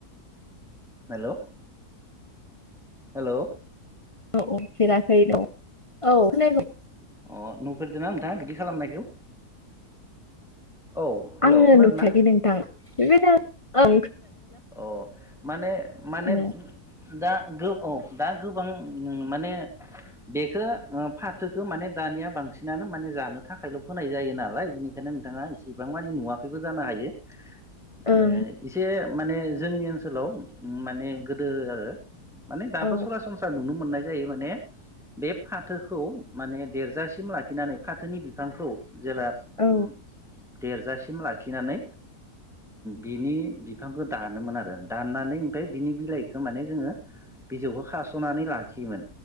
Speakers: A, in the centre; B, on the left.
A: हेलौ हेलौ
B: औ औ फेराखै न औ खोनायाखै
A: अह नुफेरदोंना नोंथां बिदि खालामनायखौ औ हेलौ
B: आंङो
A: खोनादों
B: नुफेराखै
A: ना
B: नोंथां बेबायदि ओ
A: अह माने माने
B: ओं
A: दा गो औ दा गोबां माने बेखो फाथोखो माने दानिया बांसिनानो माने जानो थाखायल फोनाय जायो नालाय बिनिखायनो नोंथाङा इसिबां मानि नुवाखैबो जानो हायो
B: ओं
A: ओ इसे माने जोंनि ओनसोलाव माने गोदो आरो माने दाबो
B: औ
A: सरासनस्रा नुनो मोननाय जायो माने बे फाथोखौ माने देरजासिम लाखिनानै फाथोनि बिफांखौ जेब्ला
B: औ
A: उम देरजासिम लाखिनानै बिनि बिफांखौ दानोमोन आरो दाननानै ओमफ्राय बिनि बिलाइखौ माने जोंङो बिजौखौ खासनानै लाखियोमोन